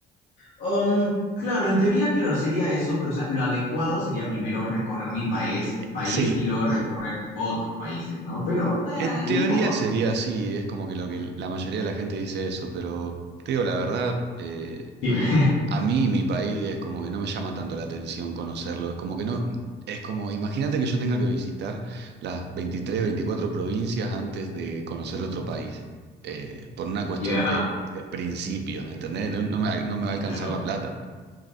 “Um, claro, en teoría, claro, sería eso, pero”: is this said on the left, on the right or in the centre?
Left